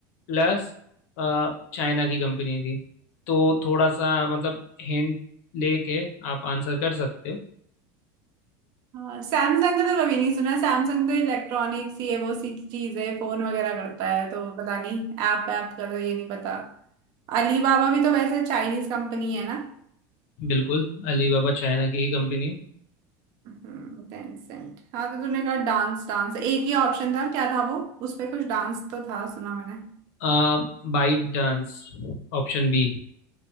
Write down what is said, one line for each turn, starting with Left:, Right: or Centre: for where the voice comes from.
Left: प्लस चाइना की कंपनी थी तो थोड़ा सा मतलब हिंट लेके आप आंसर कर सकते हो
Right: हाँ सैमसंग का तो कभी नहीं सुना सैमसंग तो इलेक्ट्रॉनिक्स ये वो सी चीज है फोन वगैरह करता है तो पता नहीं ऐप ऐप का तो ये नहीं पता अलीबाबा भी तो वैसे चाइनीज कंपनी है ना
Left: बिल्कुल अलीबाबा चाइना की ही कंपनी है
Right: टेंसेंट हाँ तो तूने कहा डांस डांस एक ही ऑप्शन था क्या था वो उस पे कुछ डांस तो था सुना मैंने
Left: आ, बाइट डांस ऑप्शन बी